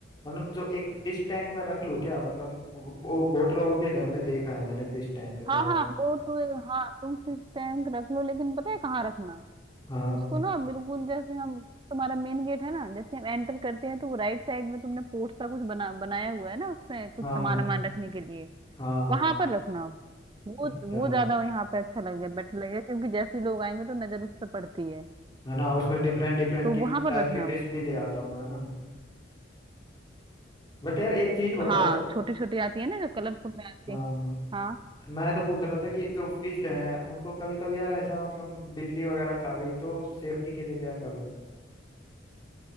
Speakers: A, on the left (about 25°); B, on the right (about 25°).
A: मतलब जो एक फिश टैंक में रख लूं क्या मतलब वो वो बहुत लोगों के घर में देखा है मैंने फिश टैंक बाहर
B: हाँ हाँ वो तो हाँ तुम फिश टैंक रख लो लेकिन पता है कहाँ रखना
A: हाँ
B: इसको ना बिल्कुल जैसे हम तुम्हारा मेन गेट है ना जैसे हम एंटर करते हैं तो वो राइट साइड में तुमने पोर्ट सा कुछ बना बनाया हुआ है ना उसमें कुछ
A: हाँ
B: सामान
A: हाँ
B: वामान रखने के लिए
A: हाँ
B: वहां पर रखना आप। वो
A: अच्छा
B: वो ज्यादा यहाँ पे अच्छा लगेगा बेटर लगेगा क्योंकि जैसे ही लोग आएंगे तो नजर उस पर पड़ती है
A: है ना उसमें डिफरेंट डिफरेंट
B: तो
A: की
B: वहां पर
A: टाइप
B: रखना
A: की फिश
B: वो
A: भी ले आता हूँ है ना बट यार एक चीज बताओ
B: हाँ छोटी छोटी आती है ना जो कलरफुल में आती
A: हाँ
B: है हाँ
A: मैं ऐसा पूछ रहा था कि जो फिश है उनको कभी कभी यार ऐसा मतलब बिल्ली वगैरह खा गई तो सेफ्टी के लिए क्या करूँ